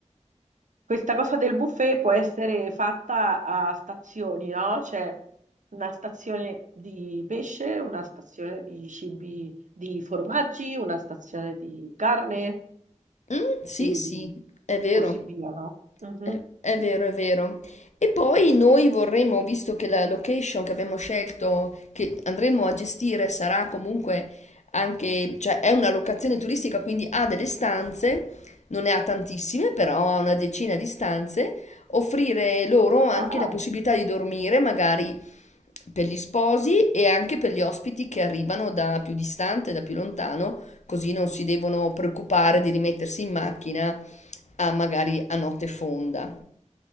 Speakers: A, on the right; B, on the left.
A: Questa cosa del buffet può essere fatta a stazioni, no? C'è una stazione di pesce, una stazione di cibi, di formaggi, una stazione di carne
B: Mm, sì,
A: e
B: sì, è vero.
A: così via, no? Mhm.
B: È, è vero, è vero. E poi noi vorremmo, visto che la location che abbiamo scelto, che andremo a gestire, sarà comunque anche, cioè è una locazione turistica, quindi ha delle stanze, non ne ha tantissime, però ha una decina di stanze, offrire loro anche
A: Ah.
B: la possibilità di dormire, magari per gli sposi e anche per gli ospiti che arrivano da più distante, da più lontano così non si devono preoccupare di rimettersi in macchina a magari a notte fonda.